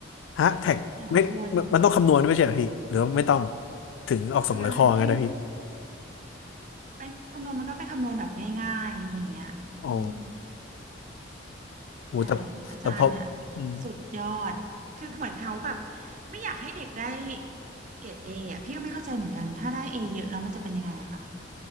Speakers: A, on the left; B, on the right.
A: ฮะแท็กไม่มันมันต้องคำนวณด้วยไม่ใช่เหรอพี่หรือว่าไม่ต้อง
B: แต่ละคน
A: ถึงออกสองร้อยข้องั้นนะพี่
B: อ่าพี่ไปคำนวณมันก็เป็นคำนวณแบบง่ายๆอะไรอย่างเงี้ยอืม
A: อ๋อโหแต่แต่พอ
B: แต่อาจารย์เนี่ย
A: อืม
B: สุดยอดคือเหมือนเขาแบบไม่อยากให้เด็กได้เกรดเออ่ะพี่ก็ไม่เข้าใจเหมือนกันถ้าได้เอเยอะแล้วมันจะเป็นยังไงล่ะคะ